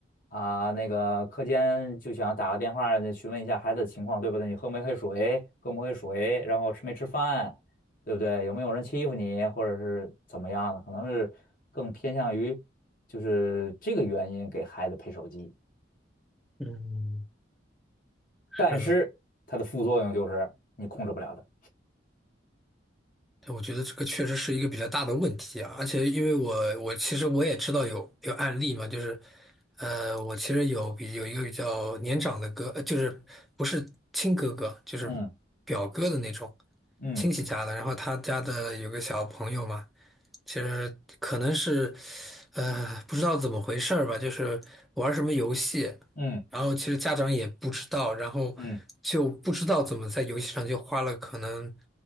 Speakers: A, on the left; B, in the centre.
A: 啊，那个课间就想打个电话那询问一下孩子的情况，对不对？你喝没喝水？喝没喝水？然后吃没吃饭？对不对？有没有人欺负你，或者是怎么样的？可能是更偏向于就是这个原因给孩子配手机，
B: 嗯，
A: 但是它的副作用就是你控制不了的。
B: 是的。对我觉得这个确实是一个比较大的问题啊，而且因为我我其实我也知道有有案例嘛，就是，呃，我其实有比有一个比较年长的哥，呃就是不是亲哥哥，就是
A: 嗯
B: 表哥的那种
A: 嗯
B: 亲戚家的，然后他家的有个小朋友嘛，其实可能是，呃，不知道怎么回事儿吧，就是玩什么游戏，
A: 嗯
B: 然后其实家长也不知道，然后就不知道怎么在游戏上就花了可能
A: 嗯。